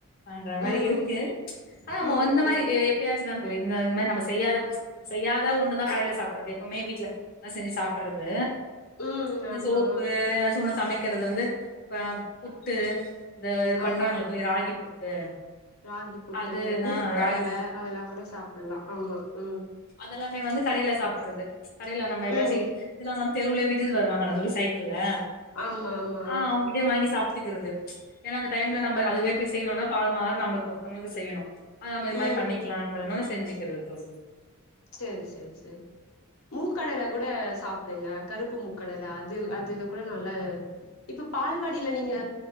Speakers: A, on the left; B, on the left.
A: பண்ற மாரி
B: ம்
A: இருக்கு ஆனா நம்ம
B: ம்
A: அந்த மாரி
B: ம்
A: எப்பயா வெச்சிதான் தோழி இந்த இந்த மாரி நம்ம செய்யாத செய்யாத ஒன்னுதா கடைல சாப்பிடறதே எப்புமே வீட்ல எல்லா செஞ்சு சாப்டறது
B: ம்
A: இந்த
B: ஆமா
A: சோப்பு எதாச்சு ஒன்னு சமைக்கிறது வந்து இப்ப புட்டு இந்த இது பண்றாங்கல்ல
B: ஆமா
A: தோழி ராகி புட்டு
B: ராகி புட்டு
A: அது
B: மூக்கடல
A: ஆ ராகி புட்டு
B: அதலா கூட சாப்ல்லா ஆமா ம்
A: அதெல்லாமே வந்து கடைல சாப்பிடறது கடைல நம்ம எதாச்சி
B: ம்
A: இதெல்லா வந் தெருவுல வீட்டிட்ட வருவாங்கல்ல தோழி சைக்கிள்ல
B: ஆமா ஆமா
A: ஆ அவுங்கிட்டயே வாங்கி சாப்பிட்டுக்கிறது ஏனா அந்த டைம்ல நம்ம அதுவே போய் செய்யணுனா பால் மாறு நம்மளுக்கு ஒருத்தவங்களுக்கு செய்யணு அது நம்ம இது மாரி
B: ம்
A: பண்ணிக்கலான்றனால செஞ்சுக்கிறது தோழி
B: செரி செரி செரி மூக்கடைல கூட சாப்ட்டுங்க கருப்பு மூக்கடல அது அதுல கூட நல்லா இப்ப பால்வடில நீங்க